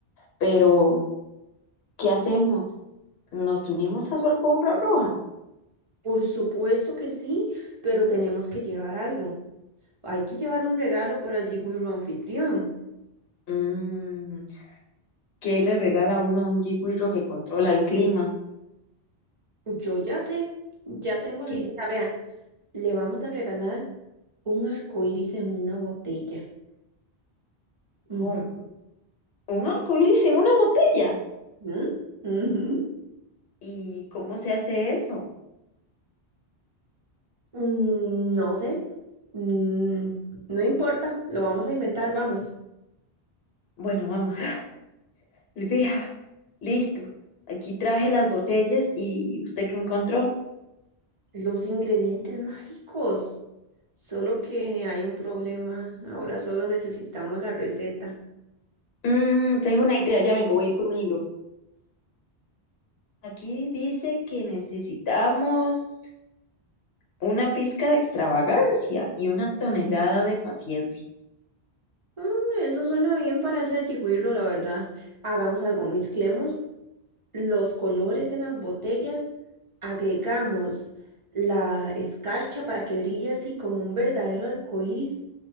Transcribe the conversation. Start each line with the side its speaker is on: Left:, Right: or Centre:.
Left: Pero, ¿qué hacemos? ¿Nos unimos a su alfombra roja?
Right: Por supuesto que sí, pero tenemos que llevar algo. Hay que llevar un regalo para el jiwiro anfitrión.
Left: Mm, ¿qué le regala uno a un jigüirro que controla el clima?
Right: Yo ya sé, ya tengo la
Left: ¿Qué?
Right: idea. Vea, le vamos a regalar un arco iris en una botella. Ujú,
Left: ¿Cómo? Un arco iris en una botella.
Right: ujú, ujú.
Left: ¿Y cómo se hace eso?
Right: Mm, no sé, Mm, no importa, lo vamos a inventar, vamos.
Left: Bueno, vamos, <laughs> Elvija, listo. Aquí traje las botellas y ¿usted qué encontró?
Right: Los ingredientes mágicos. Solo que hay un problema. Ahora solo necesitamos la receta.
Left: Mm, tengo una idea, ya vengo, voy a ir por un libro. Aquí dice que necesitamos una pizca de extravagancia y una tonelada de paciencia.
Right: Mm, eso suena bien para hacer jigwiro, la verdad. Hagamos algo, mezclemos los colores en las botellas, agregamos la escarcha para que brille así como un verdadero arco iris